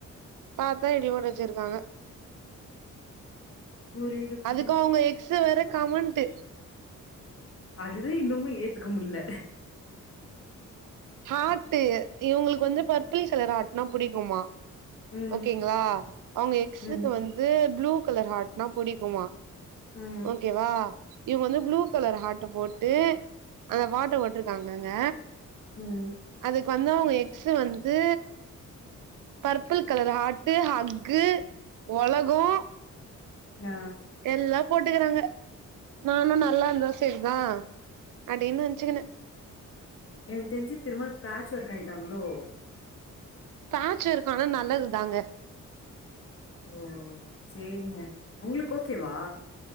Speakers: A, on the right (about 70°); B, on the left (about 45°).
A: பாத்தா இப்டி போட்டு வச்சிருக்காங்க
B: புரியுது புரியுது
A: அதுக்கு அவுங்க எக்ஸ் வேற கமெண்ட்
B: அதுவே இன்னுமு ஏத்துக்க முட்ல
A: ஹாட்டு இவுங்களுக்கு வந்து பர்பிள் கலர் ஹாட்னா புடிக்குமா
B: ம்
A: ஓகேங்களா அவுங்க எக்ஸுக்கு
B: ம்
A: வந்து ப்ளூ கலர் ஹாட்னா புடிக்குமா
B: ம்
A: ஓகேவா இவுங்க வந்து ப்ளூ கலர் ஹாட்ட போட்டு அந்த பாட்ட போட்ருக்காங்க ங்க
B: ம்
A: அதுக்கு வந்த அவுங்க எக்ஸ்சு வந்து பிள் கலர் ஹாட்டு ஹக்கு உலகோ
B: ஆ
A: எல்லா போட்டுக்கிறாங்க நானு நல்லா இருந்தா சேரிதா அடின்னு நினச்சுக்குனே
B: எனக்கு தெரிஞ்சு திரும்ப பேட்ச் ஒர்க் ஆயிட்டாங்களோ
A: பேட்ச் இருக்கானா நல்லது தாங்க
B: ஓ சேரிங்க ஒங்களுக்கு ஓகேவா